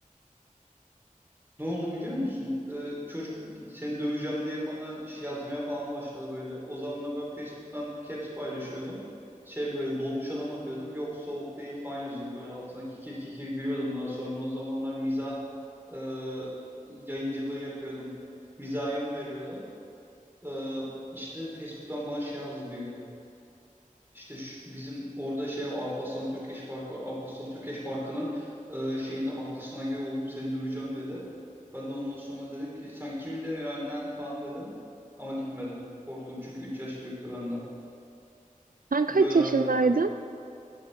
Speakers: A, on the right; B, on the right.
A: Ne oldu biliyor musun? Ee, çocuk seni döveceğim diye bana iş yazmaya falan başladı böyle. O zamanlar ben Facebook'tan caps paylaşıyordum. Şey böyle donmuş adam atıyordum. Yok soğuk değil falan yazıyordum böyle altına kikir kikir gülüyordum daha sonra. O zamanlar mizah e, yayıncılığı yapıyordum. Mizaha yön veriyordum. Ee, işte Facebook'tan bana şey yazdı bir gün. İşte şu- bizim orada şey var, Alparslan Türkeş Parkı var. Alparslan Türkeş Parkı'nın e, şeyin de arkasına gel oğlum seni duyacağım dedi. Ben de ondan sonra dedim ki sen kimi dövüyorsun lan falan dedim. Ama gitmedim. Korktum çünkü 3 yaş büyüktü benden.
B: Sen kaç
A: Böyle
B: yaşındaydın?
A: anlar mı?